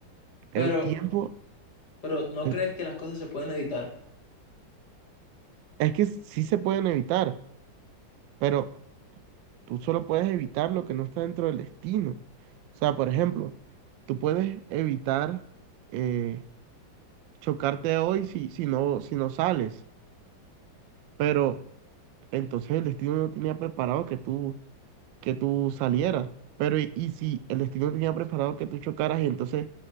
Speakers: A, on the right; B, on the left.
A: el
B: Pero,
A: tiempo,
B: pero ¿no
A: el-
B: crees que las cosas se pueden evitar?
A: es que sí se pueden evitar, pero tú solo puedes evitar lo que no está dentro del destino. O sea, por ejemplo, tú puedes evitar eh, chocarte hoy si, si no, si no sales, pero entonces el destino no tenía preparado que tú que tú salieras. Pero y, y si el destino tenía preparado que tú chocaras y entonces